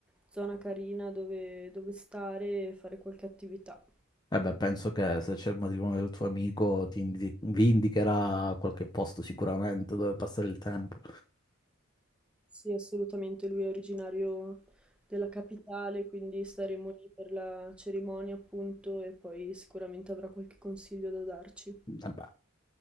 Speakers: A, in the centre; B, on the left (about 20°).
A: zona carina dove, dove stare e fare qualche attività.
B: Eh beh, penso che se c'è il matrimonio del tuo amico ti indi- vi indicherà qualche posto sicuramente dove passare il tempo.
A: Sì, assolutamente, lui è originario della capitale, quindi staremo lì per la cerimonia, appunto, e poi sicuramente avrà qualche consiglio da darci.
B: Eh beh,